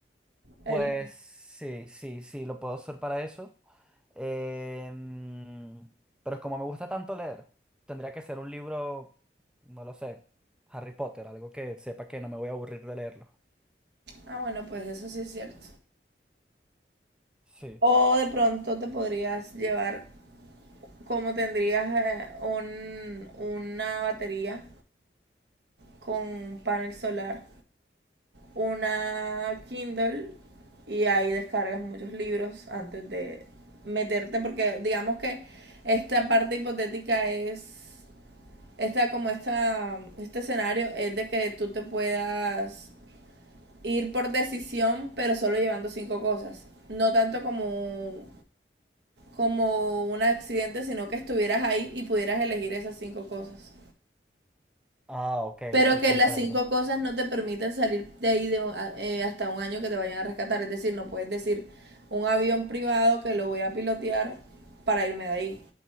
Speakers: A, on the right; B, in the centre.
A: El-
B: Pues sí, sí, sí, lo puedo usar para eso. Em, pero como me gusta tanto leer, tendría que ser un libro, no lo sé, Harry Potter, algo que sepa que no me voy a aburrir de leerlo.
A: Ah, bueno, pues eso sí es cierto.
B: Sí.
A: O de pronto te podrías llevar, como tendrías eh, un, una batería con panel solar. una Kindle y ahí descargas muchos libros antes de meterte, porque digamos que esta parte hipotética es, esta como esta, este escenario es de que tú te puedas ir por decisión, pero solo llevando cinco cosas. No tanto como, como un accidente, sino que estuvieras ahí y pudieras elegir esas cinco cosas.
B: Ah, ok,
A: Pero
B: sí,
A: que
B: comprendo.
A: las cinco cosas no te permiten salir de ahí de, un- a- eh, hasta un año que te vayan a rescatar. Es decir, no puedes decir un avión privado que lo voy a pilotear para irme de ahí.